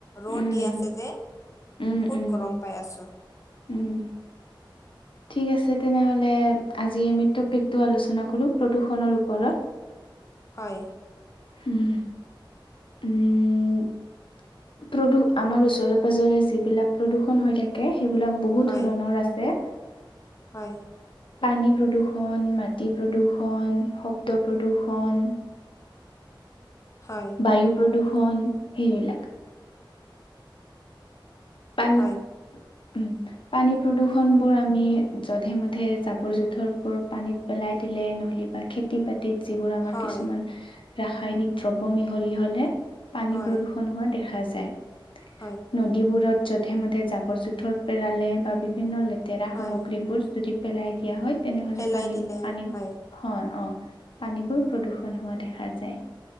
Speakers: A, on the left (about 35°); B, on the left (about 80°).
A: ৰ'দ
B: উম
A: দি আছে যে
B: উম
A: বহুত
B: উম
A: গৰম পাই আছোঁ।
B: উম ঠিক আছে, তেনেহ'লে আজি আমি টপিকটো আলোচনা কৰোঁ প্ৰদূষণৰ ওপৰত।
A: হয়।
B: উম, উম। প্ৰদূ আমাৰ ওচৰে পাজৰে যিবিলাক প্ৰদূষণ হৈ থাকে। সেইবিলাক বহুত
A: হয়
B: ধৰণৰ আছে।
A: হয়।
B: পানী প্ৰদূষণ, মাটি প্ৰদূষণ, শব্দ প্ৰদূষণ
A: হয়
B: বায়ু প্ৰদূষণ সেইবিলাক। পান
A: হয়
B: উম। পানী প্ৰদূষণবোৰ আমি যধে মধে জাবৰ জোঁথৰবোৰ পানীত পেলাই দিলে নহ'লে বা খেতি বাতিত যিবোৰ আমাৰ
A: হয়
B: কিছুমান ৰাসায়নিক দ্ৰব মিহলি হ'লে পানী
A: হয়
B: প্ৰদূষণ হোৱা দেখা যায়।
A: হয়
B: নদীবোৰত যধে মধে জাবৰ জোঁথৰ পেৰালে বা বিভিন্ন লেতেৰা
A: হয়
B: সামগ্ৰীবোৰ যদি পেলাই দিয়া হয়। তেনেহ'লে
A: পেলাই
B: পানী
A: দিলে
B: পানী
A: হয়
B: হয় অ' পানীবোৰ প্ৰদূষণ হোৱা দেখা যায়।